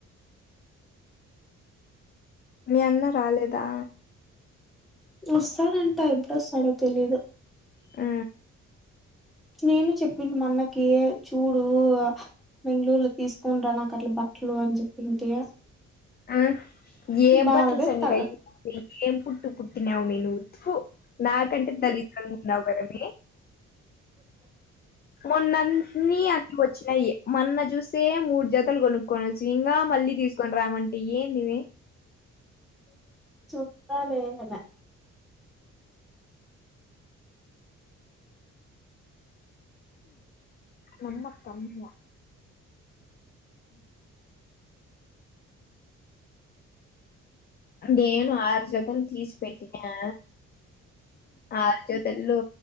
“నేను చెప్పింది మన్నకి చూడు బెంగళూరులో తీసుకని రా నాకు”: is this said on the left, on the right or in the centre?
Centre